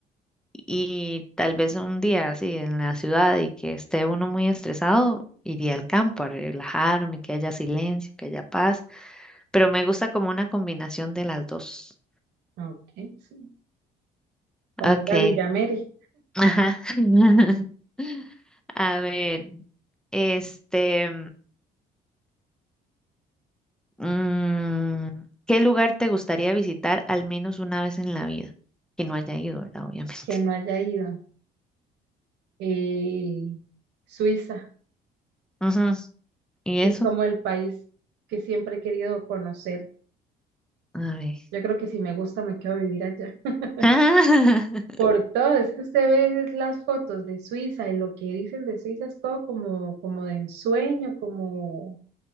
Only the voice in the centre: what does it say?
Y tal vez un día así en la ciudad y que esté uno muy estresado, iría al campo a relajarme, que haya silencio, que haya paz, pero me gusta como una combinación de las dos.
Ok,
ajá. <laughs> A ver, este, mm, ¿qué lugar te gustaría visitar al menos una vez en la vida? Que no haya ido, ¿verdad? Obviamente.
Ujú, ¿Y
eso?
A ver.
<laughs>